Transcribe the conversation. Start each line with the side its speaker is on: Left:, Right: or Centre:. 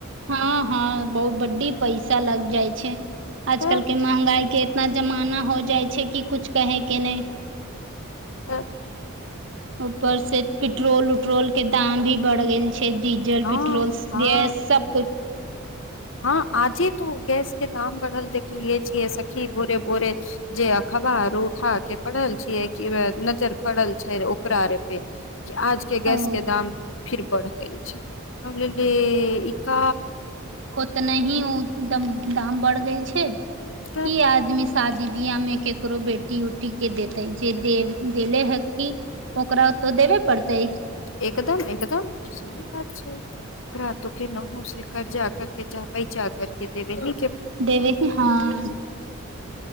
Right: हँ हँ बहुत बड्डी पैसा लाग जाइ छै आजकल
Left: तऽ
Right: के महँंगाई के इतना जमाना हो जाइ छै कि कुछ कहे के नहि
Left: हँ
Right: ऊपर से पेट्रोल उट्रोल के दाम भी बढ़ गेल छै छै डीजल
Left: हँ
Right: पेट्रोल
Left: हँ
Right: गैस सबकुछ
Left: हँ आजे तो गैस के दाम बढ़ल देखलियै छियै सखी भोरे बोरे जे अखबार उठा के पड़ल छियै कि नजर पड़ल छै ओकरार पे आज के गैस
Right: ओ
Left: के दाम फिर बढ़ गेल छै हमलले इका
Right: तऽ नहि ओ एकदम दाम बढ़ दै छै
Left: तऽ
Right: की आदमी शादी बियाह में केकरो बेटी उटी के देते जे दे देेले ह क ओकरा ओतो देबे पड़ते
Left: एकदम एकदम सही बात छै रातो के नहु से कर्जा करके आ पैंचा करके दे दहिं
Right: देबय कें ही हँ